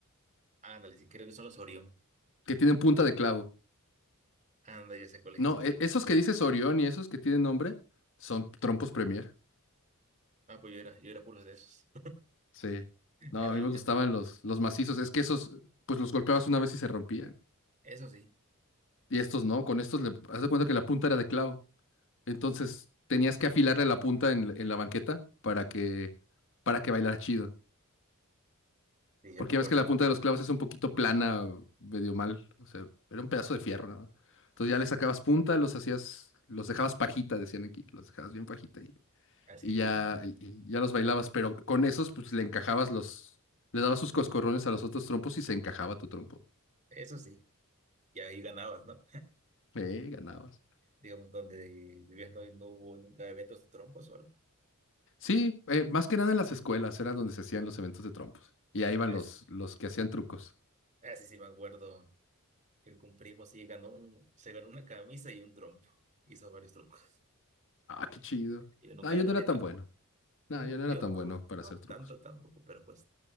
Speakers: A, on the right; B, on the left.
A: Ándale, si creo que son los Orión.
B: que tienen punta de clavo.
A: Anda, ya sé cuáles,
B: No,
A: ya sé cuáles.
B: e- esos que dices Orión y esos que tienen nombre son trompos Premier.
A: Ah, pues yo era, yo era puro de esos.
B: Sí.
A: <laughs>
B: No,
A: Eran
B: a mí me
A: los
B: gustaban
A: que más.
B: los, los macizos. Es que esos, pues los golpeabas una vez y se rompían.
A: Eso sí,
B: Y estos no, con estos le, haz de cuenta que la punta era de clavo. Entonces tenías que afilarle la punta en, en la banqueta para que, para que bailara chido.
A: sí, ya
B: Porque
A: me acuerdo,
B: ya ves que la
A: ¿no?
B: punta de los clavos es un poquito plana, medio mal. O sea, era un pedazo de fierro, nada más. Entonces ya le sacabas punta, los hacías, los dejabas pajita, decían aquí, los dejabas bien pajita.
A: Así,
B: y ya,
A: de-
B: y ya los bailabas, pero con esos pues le encajabas los, le dabas sus coscorrones a los otros trompos y se encajaba tu trompo.
A: eso sí. Y ahí ganabas, ¿no?
B: Eh, ganabas.
A: Digamos, donde vivías no, no hubo nunca eventos de trompos o algo.
B: Sí, eh, más que nada en las escuelas era donde se hacían los eventos de trompos. Y ahí iban
A: Así,
B: los, los que hacían trucos.
A: así sí me acuerdo que con primo sí ganó un, se ganó una camisa y un trompo. Hizo varios trucos.
B: Ah, qué chido.
A: Yo nunca
B: Ah, yo
A: gané
B: no era tan
A: nada.
B: bueno. No,
A: Mm,
B: yo no era
A: Yo
B: tan bueno para
A: no
B: hacer trucos.
A: tanto tampoco, pero pues